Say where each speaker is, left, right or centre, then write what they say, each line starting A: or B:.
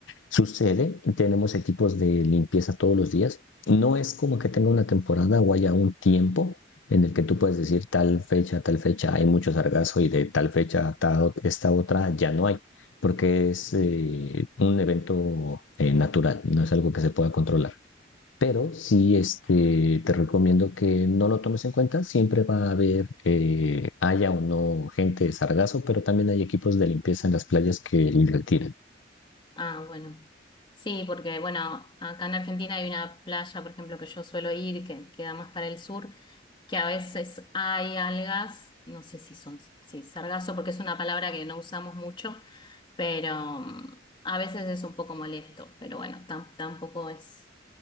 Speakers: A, on the left (about 80°); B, on the left (about 25°).
A: Sucede, tenemos equipos de limpieza todos los días. No es como que tenga una temporada o haya un tiempo en el que tú puedes decir tal fecha, tal fecha, hay mucho sargazo y de tal fecha a ta- esta otra ya no hay, porque es eh, un evento eh, natural, no es algo que se pueda controlar. Pero sí, este, te recomiendo que no lo tomes en cuenta. Siempre va a haber, eh, haya o no gente de sargazo, pero también hay equipos de limpieza en las playas que le retiran.
B: Ah, bueno. Sí, porque bueno, acá en Argentina hay una playa, por ejemplo, que yo suelo ir, que queda más para el sur, que a veces hay algas, no sé si son, sí, sargazo, porque es una palabra que no usamos mucho, pero mm, a veces es un poco molesto, pero bueno, tam- tampoco es